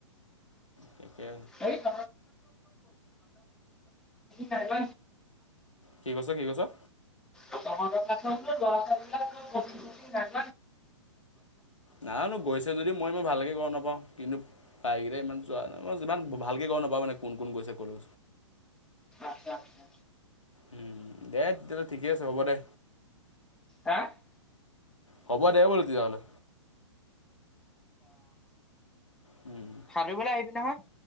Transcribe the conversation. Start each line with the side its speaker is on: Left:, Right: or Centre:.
Left: তাকে
Centre: এই'ত নাই ম
Left: কি কৈছ কি কৈছ-
Centre: <unintelligible>
Left: নানো গৈছে যদি মই মই ভালকে গম নাপাওঁ কিন্তু পাই গিৰে ইমান যোৱাাই ইমান ভালকে গম নাপাওঁ মানে কোন কোন গৈছে কলে
Centre: আচ্ছা আচ্ছা
Left: উম দে তেতিয়াহ'লে ঠিকে আছে হ'ব দে
Centre: হা অঁ
Left: হ'ব দে বছনেলে উম
Centre: সালুৰিবলৈ আহিবি নহয়